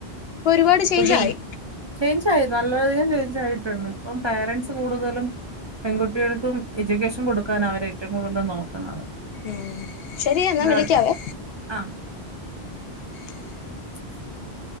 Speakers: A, on the left; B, on the right.
A: ഇപ്പൊ ഒരുപാട്
B: ഇപ്പോപിൻ
A: ചേഞ്ച് ആയി
B: ചേയ്ഞ്ചായി ന്നല്ലെഅധികം ചേയ്ഞ്ചായിട്ടുണ്ട് ഇപ്പം പേരെൻസ് കൂടുതലും പെൺകുട്ടികൾക്കും എജൂക്കേഷൻ കൊടുക്കാന അവർഏറ്റവും കൂടുതൽ നോക്കുന്നത്.
A: ഉം ശെരി എന്നാവിളിക്കാവേ.
B: അല്ലാതെ ആഹ്
A: <inaudible>
B: <inaudible>